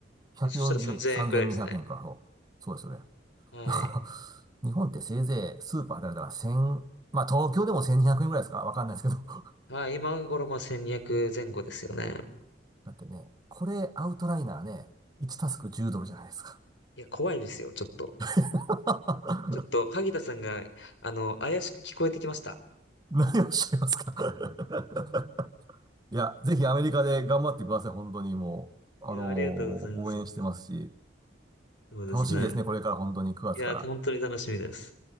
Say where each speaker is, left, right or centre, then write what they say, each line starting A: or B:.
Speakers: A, on the right; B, on the left.
A: 140、
B: でそしたら3000円ぐらいですね。
A: 3200円か、そう。そうですよね。
B: はい。
A: だから、日本ってせいぜいスーパーであれだから1000、まあ東京でも1200円ぐらいですかわかんないですけど。
B: はい、今頃まあ1200前後ですよね。
A: だってね、これアウトライナーね、1タスク10ドルじゃないですか。
B: いや、怖いですよ、ちょっと。
A: <laughs>
B: ちょっと、萩田さんが、あの、怪しく聞こえてきました。
A: 何をおっしゃいますか <laughs> いや、ぜひアメリカで頑張ってください、本当にもう。あのー
B: いや、ありがとうございます。
A: 応援してますし、
B: 本当にそうですね。
A: 楽しみですね、これから本当に9月から。
B: いや、本当に楽しみです。